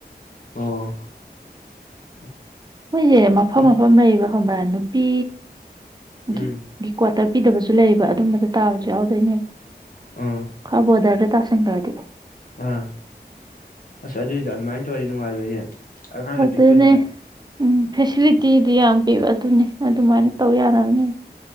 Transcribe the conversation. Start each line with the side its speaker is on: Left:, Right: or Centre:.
Left: ꯑꯣ <inaudible>
Right: ꯃꯣꯏꯁꯦ ꯃꯐꯝ
Left: ꯏ
Right: ꯃꯐꯝ ꯂꯩꯕ <unintelligible> ꯅꯨꯄꯤ <unintelligible>
Left: ꯎꯝ
Right: ꯒꯤ ꯀꯨ꯭ꯋꯥꯇꯔ ꯄꯤꯗꯕꯖꯨ ꯂꯩꯌꯦꯕ ꯑꯗꯨꯝꯕꯗ ꯇꯥꯕꯖꯨ ꯌꯥꯎꯗꯣꯏꯅꯦꯕ <inaudible>
Left: ꯑꯥ
Right: ꯈꯔ ꯕꯣꯔꯗꯔꯒ ꯇꯥꯁꯟꯒ꯭ꯔꯗꯤ
Left: ꯑꯥ ꯑꯁ ꯑꯗꯨꯏ ꯑꯗꯨꯃꯥꯏꯅ ꯇꯧꯔꯗꯤ ꯅꯨꯡꯉꯥꯏꯔꯣꯏꯅꯦ ꯑꯉꯥꯡꯁꯨ
Right: ꯑꯗꯨꯅꯦ
Left: ꯄꯤꯛꯄꯅꯤꯅ
Right: ꯎꯝ ꯐꯦꯁꯤꯂꯤꯇꯤꯗꯤ ꯌꯥꯝ ꯄꯤꯕ ꯑꯗꯨꯅꯦ ꯑꯗꯨꯃꯥꯏꯅ ꯇꯧ ꯌꯥꯔꯕꯅꯤ